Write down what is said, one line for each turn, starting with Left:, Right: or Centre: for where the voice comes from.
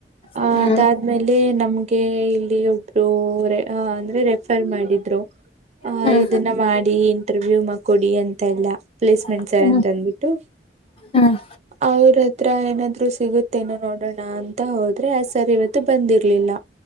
Right: ಅ
Left: ಹ್ಮ್
Right: ಅದಾದ್ಮೇಲೆ ನಮ್ಗೆ ಇಲ್ಲಿ ಒಬ್ರು ಅ ಅಂದ್ರೆ ರೆಫರ್ ಮಾಡಿದ್ರು
Left: ಹ್ಮ್
Right: ಇದನ್ನ ಮಾಡಿ ಇಂಟರ್ವ್ಯೂನ ಕೊಡಿ ಅಂತೆಲ್ಲ ಪ್ಲೇಸ್ಮೆಂಟ್
Left: ಹ್ಮ್
Right: ಸರ್ ಅಂತ
Left: ಹ್ಮ್ ಹ್ಮ್
Right: ಅನ್ಬಿಟ್ಟು
Left: ಹ್ಮ್
Right: ಅವ್ರ್ ಹತ್ರ ಏನಾದ್ರೂ ಸಿಗುತ್ತೇನೋ ನೋಡೋಣ ಅಂತ ಹೋದ್ರೆ ಆ ಸರ್ ಇವತ್ತು ಬಂದಿರಲಿಲ್ಲ